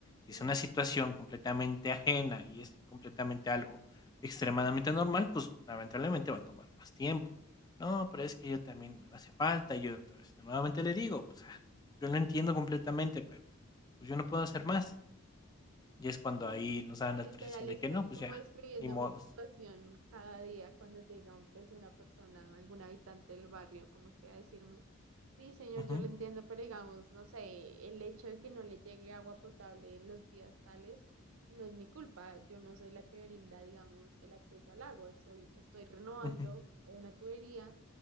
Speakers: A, on the left; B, on the right.
A: si
B: Ujú.
A: es una situación completamente ajena y es completamente algo extremadamente normal, pues lamentablemente va a tomar más tiempo. No, pero es que yo también no hace falta, y yo otra vez nuevamente le digo, pues ah, yo lo entiendo completamente, pero pues yo no puedo hacer más y es cuando
B: Sí,
A: ahí nos
B: No,
A: dan la
B: literal,
A: autorización de
B: estás
A: que no, pues
B: como
A: ya,
B: describiendo
A: ni modos.
B: mi situación cada día cuando llega un, pues, una persona, algún habitante del barrio, como que a decirme, sí, señor,
A: Ujú,
B: yo lo entiendo, pero digamos, no sé, el hecho de que no le llegue agua potable en los días tales no es mi culpa, yo no soy la que brinda, digamos, el acceso al agua, soy, estoy renovando
A: ujú,
B: una tubería,